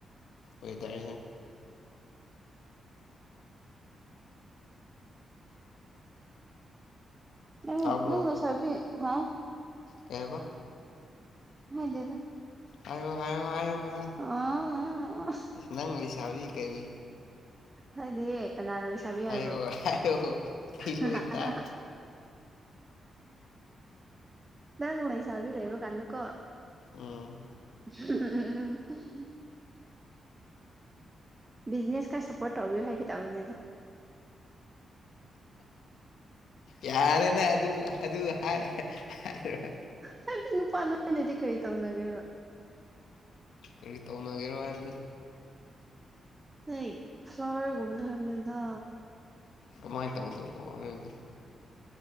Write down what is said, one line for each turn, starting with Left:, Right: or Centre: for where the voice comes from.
Left: ꯋꯦꯗꯔꯖꯦ꯫
Right: ꯅꯪ
Left: ꯇꯥꯕ꯭ꯔꯣ
Right: ꯅꯪ ꯂꯩꯁꯥꯕꯤ ꯍꯥ
Left: ꯀꯩꯍꯥꯏꯕ?
Right: ꯍꯥꯏꯗꯦꯗꯥ
Left: ꯍꯥꯏꯌꯣ ꯍꯥꯏꯌꯣ ꯍꯥꯏꯌꯣ ꯍꯥꯏꯌꯣ
Right: ꯑꯥ
Left: ꯅꯪ ꯂꯩꯁꯥꯕꯤ ꯀꯔꯤ
Right: ꯍꯥꯏꯗꯦꯌꯦ ꯀꯅꯥꯅ ꯂꯩꯁꯥꯕꯤ ꯍꯥꯏꯕ꯭ꯔꯣ??
Left: ꯍꯥꯏꯌꯣ ꯍꯥꯏꯌꯣ ꯑꯩ
Right: ꯌꯥꯌꯥ
Left: ꯂꯣꯏ ꯇꯥꯏ
Right: ꯅꯪ ꯂꯩꯩꯁꯥꯕꯤ ꯂꯩꯕ ꯀꯥꯟꯗꯀꯣ
Left: ꯎꯝ
Right: <inaudible> ꯕꯤꯖꯤꯅꯦꯁ ꯈ꯭ꯔ ꯁꯥꯄꯣꯔꯠ ꯇꯧꯕꯤꯌꯣ ꯍꯥꯏꯒꯦ ꯇꯧꯕꯅꯦꯗ
Left: ꯌꯥꯔꯦꯅꯦ ꯑꯗꯨ ꯑꯗꯨ ꯍꯥꯏ ꯍꯥꯢꯔꯣꯢ
Right: ꯍꯥꯏꯕꯗꯤ ꯅꯨꯄꯥ ꯅꯣꯏꯅꯗꯤ ꯀꯔꯤ ꯇꯧꯅꯒꯦꯔꯣ?
Left: ꯀꯔꯤ ꯇꯧꯅꯒꯦꯔꯣ ꯍꯥꯏꯕꯗꯤ?
Right: ꯂꯩ ꯐ꯭ꯂꯥꯋꯔꯒꯨꯝꯕ ꯗꯣ ꯍꯕꯅꯦꯗꯥ꯫
Left: ꯀꯃꯥꯏꯅ ꯇꯧꯗꯣꯏꯕꯣ ꯍꯥꯏꯗꯤ